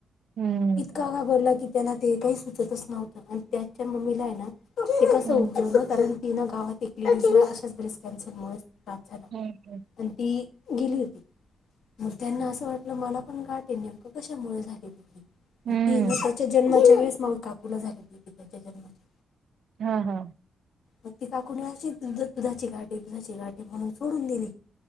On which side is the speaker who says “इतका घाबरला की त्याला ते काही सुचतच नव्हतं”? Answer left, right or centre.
Left